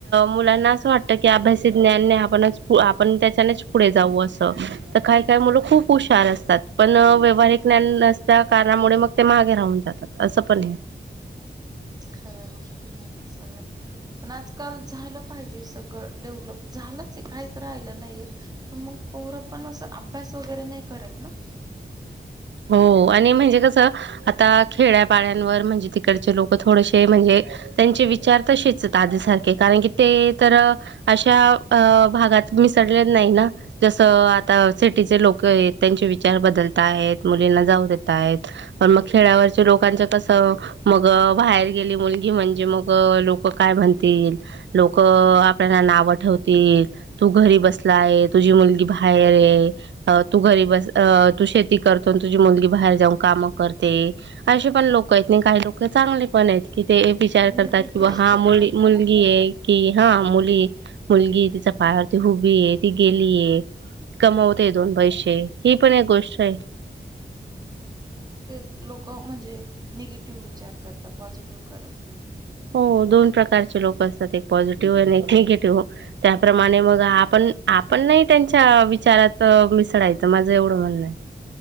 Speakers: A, on the right; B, on the right.
A: मुलांना असं वाटतं की अभ्यास ज्ञानने आपणच आपण त्याच्यानेच पुढे जाऊ असं. तर काय काय मुलं खूप हुशार असतात पण व्यावहारिक ज्ञान न त्या कारणामुळे मग ते माहागे राहून जातात असं पण आहे.
B: खऱ्या गोष्टी या सगळ्या. पण आजकाल झालं पाहिजे सगळं डेव्हलप झालंच काहीच राहिलं नाहीये. मग पोरं पण अस अभ्यास वगैरे नाही करत ना.
A: हो आणि म्हणजे कसं आता खेड्यापाड्यांवर म्हणजे तिकडचे लोक थोडेसे म्हणजे त्यांचे विचार तसेच आधीसारखे कारण की ते तर अशा अ भागात मिसळलेल नाही ना- जसं आता सिटीचे लोक आहेत त्यांचे विचार बदलत आहेत मुलींना जाऊ देत आहेत. पण मग खेळावरचे लोकांच कसं मग बाहेर गेली मुलगी म्हणजे मग लोक काय म्हणतील लोक आपल्याला नाव ठेवतील तू घरी बसला आहे तुझी मुलगी बाहेर आहे तू घरी बस तू शेती करतो तुझी मुलगी बाहेर जाऊन काम करते असे पण लोक आहेत नाही काही लोक चांगले पण आहेत. कि ते विचार
B: म्हणजे
A: करतात
B: किती
A: की बा
B: विचार
A: हा मुल
B: करता
A: मुलगी
B: ना
A: आहे. कि हा मुली मुलगी तिच्या पायावरती हुभी आहे ती गेलीय. कमावते दोन पैसे ही पण एक गोष्ट आहे.
B: ते लोक म्हणजे निगेटिव्ह विचार करतात पॉझिटिव्ह करत नाही.
A: हो दोन प्रकारचे लोक असतात एक पॉझिटिव्ह आणि एक निगेटिव्ह त्याप्रमाणे मग
B: हम्म.
A: आपण आपण नाही त्यांच्या विचारात मिसळायचं माझं एवढं म्हणणं आहे.